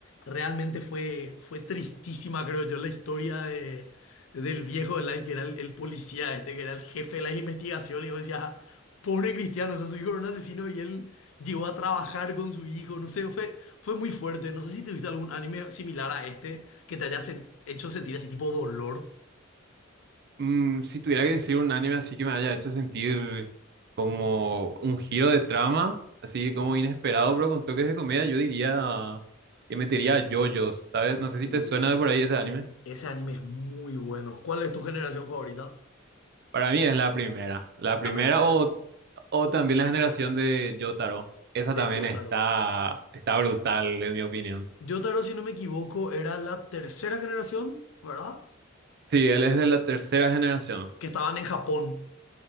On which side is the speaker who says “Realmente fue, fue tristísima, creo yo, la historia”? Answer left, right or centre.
Left